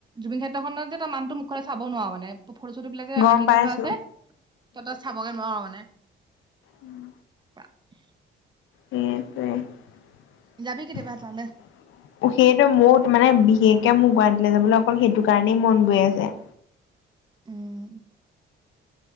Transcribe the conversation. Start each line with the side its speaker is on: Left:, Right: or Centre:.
Right: জুবিন ক্ষেত্ৰখনত যে তই মানুহটোৰ মুখনলৈ চাব নোৱাৰ মানে। ফটো-চটোবিলাক যে
Left: গম
Right: আঁৰি
Left: পাইছো
Right: কৰি থোৱা আছে, তই, তই চাবগৈ নোৱাৰ মানে
Left: উম।
Right: <inaudible>
Left: সেইটোৱেই
Right: যাবি কেতিয়াবা তালে
Left: সেইটোৱেই মোৰ মানে, বিশেষ এতিয়া মোৰ গুৱাহাটীলৈ যাবলৈ অকল সেইটো কাৰণেই মন গৈ আছে।
Right: উম।